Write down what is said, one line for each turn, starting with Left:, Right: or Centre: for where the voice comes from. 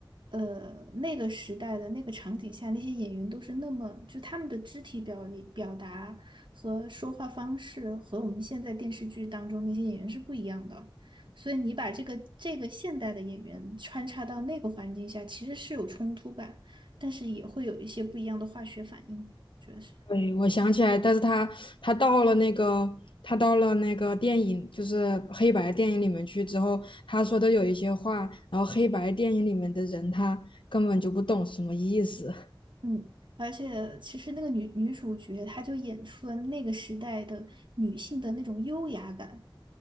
Right: 呃那个时代的那个场景下，那些演员都是那么，就他们的肢体表里表达和说话方式和我们现在电视剧当中那些演员是不一样的，所以你把这个这个现代的演员穿插到那个环境下，其实是有冲突感，但是也会有一些不一样的化学反应，觉得是。
Left: 对，我想起来，但是他他到了那个他到了那个电影，就是黑白电影里面去之后，他说的有一些话，然后黑白电影里面的人他根本就不懂什么意思。
Right: 嗯，而且其实那个女女主角，她就演出了那个时代的女性的那种优雅感。